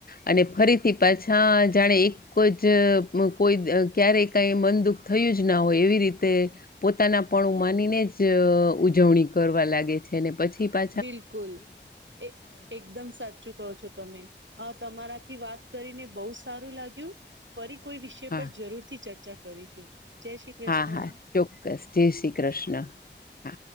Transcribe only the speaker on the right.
બિલકુલ એ એકદમ સાચું કહો છો તમે. અ તમારાથી વાત કરીને બહુ સારું લાગ્યું. ફરી કોઈ વિષય
પર જરૂર થી ચર્ચા કરીશું. જય શ્રી કૃષ્ણ